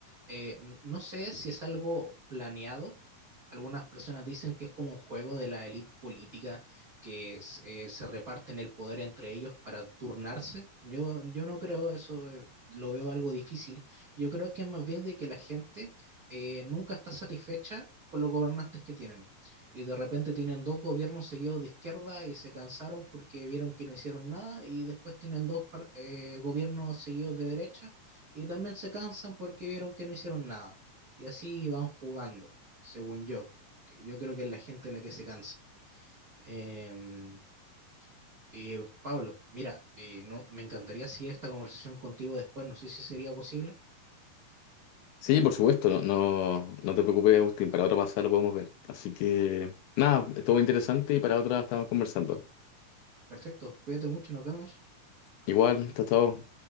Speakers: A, on the right (about 70°); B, on the left (about 80°).
A: Eh, n- no sé si es algo planeado. Algunas personas dicen que es como un juego de la élite política que s- eh, se reparten el poder entre ellos para turnarse. Yo, yo no creo eso, eh, lo veo algo difícil. Yo creo que es más bien de que la gente eh, nunca está satisfecha con los gobernantes que tienen. Y de repente tienen dos gobiernos seguidos de izquierda y se cansaron porque vieron que no hicieron nada y después tienen dos par- eh, gobiernos seguidos de derecha y también se cansan porque vieron que no hicieron nada. Y así van jugando, según yo. que Yo creo que es la gente la que se cansa. Em, y Pablo, mira, eh, no, me encantaría seguir esta conversación contigo después, no sé si sería posible.
B: Sí, por supuesto, no, no, no te preocupes, Agustín, para otra pasada lo podemos ver. Así que nada, estuvo interesante y para otra estamos conversando.
A: Perfecto, cuídate mucho, nos vemos.
B: Igual, hasta luego.